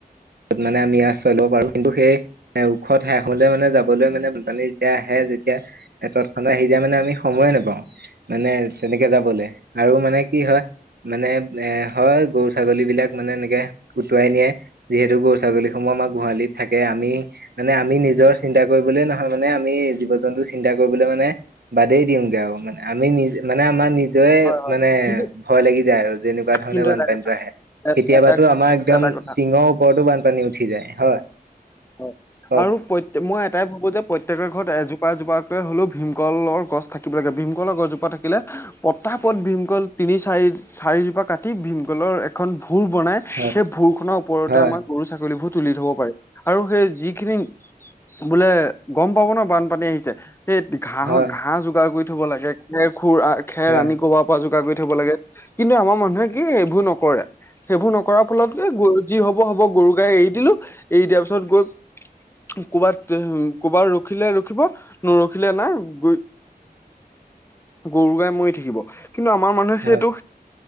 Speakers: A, on the right; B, on the left.
A: তত মানে আমি আশ্ৰয় লব পাৰো। কিন্তু সেই ওখ ঠাইখনৰে মানে যাবলৈ মানে পানী যেতিয়া আহে যেতিয়া তৎক্ষণাত আহি যায় মানে আমি সময়ে নেপাওঁ। মানে তেনেকে যাবলৈ আৰু মানে কি হয় মানে এ হয় গৰু ছাগলীবিলাক মানে এনেকে উটুৱাই নিয়ে। যিহেতু গৰু ছাগলীসমূহ আমাৰ গোহালিত থাকে। আমি মানে আমি নিজৰ চিন্তা কৰিবলে নহয়। মানে আমি জীৱ-জন্তু চিন্তা কৰিবলৈ মানে বাদেই দিওঁগে আৰু মানে আমি নিজ মানে আমাৰ নি নিজৰে
B: হয় হয়
A: মানে
B: কিন্তু
A: ভয় লাগি যায় আৰু যেনেকুৱা ধৰণে
B: কিন্তু
A: বানপানীতো
B: এটা কথা
A: আহে। কেতিয়াবাটো
B: এটা
A: আমাৰ একদম
B: এটা কথা
A: টিঙৰ ওপৰতো বানপানী উঠি যায়। হয়?
B: হয়
A: কওক
B: আৰু প্ৰত মই এটাই ভাবো যে প্ৰত্যেকৰ ঘৰত এজোপা এজোপাকৈ হ'লেও ভীমকলৰ গছ থাকিব লাগে। ভীমকলৰ গছজোপা থাকিলে পতাপত ভীম <unintelligible> ভীমকল তিনি, চাৰি চাৰিজোপা কাটি ভীমকলৰ এখন ভোৰ বনায়।
A: হয়
B: সেই ভুৰখনৰ ওপৰতে
A: হয়
B: আমাৰ গৰু ছাগলীবোৰ তুলি থ'ব পাৰি। আৰু সেই যিখিনি বোলে গম পাব ন বানপানী আহিছে সেই ঘাঁহৰ
A: হয়
B: ঘাঁহ যোগাৰ কৰি থব লাগে। খেৰ খুৰ আ খেৰ
A: হয়
B: আনি ক'বাৰ পৰা যোগাৰ কৰি থব লাগে কিন্তু আমাৰ মানুহে কি এইবোৰ নকৰে। সেইবোৰ নকৰা ফলত এ গৰু যি হব হ'ব। গৰু গাই এৰি দিলো এৰি দিয়াৰ পিছত গল। ক'বাত এহ ক'বাত ৰখিলে ৰখিব নৰখিলে নাই। গৈ গৰু গাই মৰি থাকিব। কিন্তু আমাৰ মানুহে সেইটো,
A: হয়